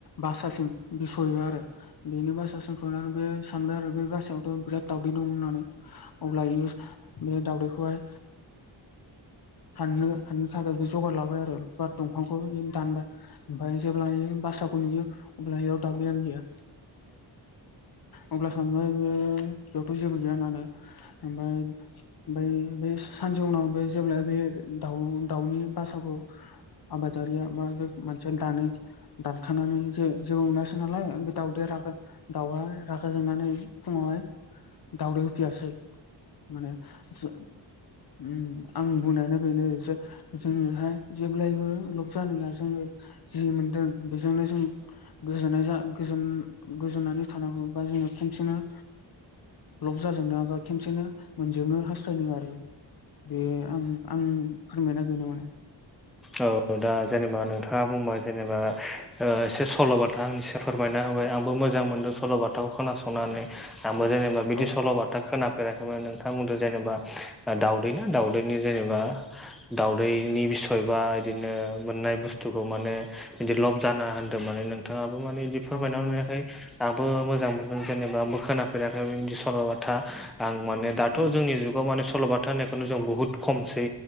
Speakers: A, on the left; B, in the centre.
A: बासासिम बि सहैबाय आरो बेनि बासासिम सहैनानै बे सानबाय आरो बे बासायावथ बिराद दावदै दं होननानै अब्ला बियो बे दावउदैखौहाय हाननो हाननो थाखाय बे जगार ला बाय आरो बा दंफांखौहाय आरो दानबाय ओमफ्राय जेब्ला बासाखौ नुयो। अब्ला इयान दावदैयानो गैया अब्ला सानबाय बे बेयावथ जेबो गैया होननानै ओमफ्राय ओमफ्राय बे सानसे उनाव बे जेब्ला बे दाउ दाउनि बासाखौ आबादारिया बा बे मोनसिया दानो दानखानानै जे जेबो मोनासै नालाय ओमफाय दाउदैया राबाय दाउआ रागा जोंनानै फुङावहाय दावदै होफैयासै माने सो ओम आं बुंनायानो बेनो जे जोंनिहाय जेब्लायबो लब जानाया जोङो जि मोनदों बेजोंनो जों गोजोननाय जा गोजोन गोजोननानै थानांगौ बा जोङो खनसेनो लब जाजोंना बा खेबसेनो मोनजोबनो हास्थायदों आरो बे आं आं फोरमायना बेनो मोन
B: औ दा जेनेबा नोंथाङा बुंबाय जेनेबा ओ एसे सलबाथ था आं एसे फोरमायना होबाय आंबो मोजां मोन्दों सल' बाथाखौ खोनासंनानै आंबो जेनेबा बिदि
A: औ
B: सल'बाथा खोनाफेराखैमोन नोंथाङा बुंदों जेनेबा दावदैना दाउदैनि जेनेबा दावउदै नि बिस सयबा बिदिनो मोननाय बुस्थुखौ माने बिदि लब जानाङा होन्दों माने नोंथाङाबो माने फोरमायना
A: औ नंगौ
B: होनायखाय आंबो मोजां मोनदों जेनेबा आंबो खोनाफेराखै बिदि सल'बाथा आं माने दाथ'
A: उम
B: जोंनि जुगाव माने सल'बाथा होनायखौनो जों बुहुत खमसै